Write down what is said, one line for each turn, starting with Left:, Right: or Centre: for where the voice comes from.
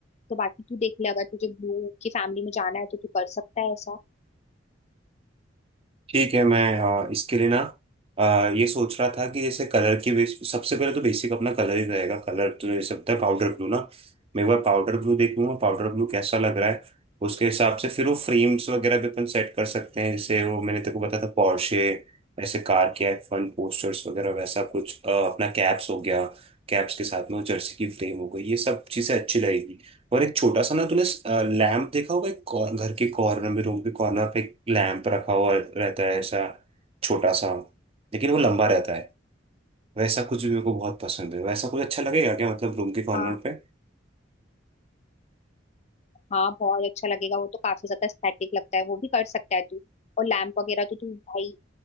Left: तो बाकी तू देख ले अगर तुझे ब्लू की फैमिली में जाना है तो तू कर सकता है ऐसा
Right: ठीक है मैं अ, इसके लिए ना अ, ये सोच रहा था कि जैसे कलर की बेस सबसे पहले तो बेसिक अपना कलर ही रहेगा कलर तूने जैसे बताया पाउडर ब्लू ना मैं एक बार पाउडर ब्लू देख लूंगा पाउडर ब्लू कैसा लग रहा है उसके हिसाब से फिर वो फ्रेम्स वगैरह भी अपन सेट कर सकते हैं जैसे वो मैंने तेको बताया था पोर्शे ऐसे कार के एफ वन पोस्टर्स वगैरह वैसा कुछ अ, अपना कैप्स हो गया कैप्स के साथ में वो जर्सी की फ्रेम हो गई ये सब चीजें अच्छी लगेगी और एक छोटा सा ना तूने लैंप देखा होगा एक कॉर- घर के कॉर्नर में रूम के कॉर्नर पे एक लैंप रखा हुआ रहता है ऐसा छोटा सा लेकिन वो लंबा रहता है वैसा कुछ भी मेरे को बहुत पसंद है वैसा कुछ अच्छा लगेगा क्या मतलब रूम के कॉर्नर
Left: हाँ
Right: पे
Left: हाँ बहुत अच्छा लगेगा वो तो काफी ज्यादा एस्थेटिक लगता है वो भी कर सकता है तू और लैम्प वगैरह तो तू भाई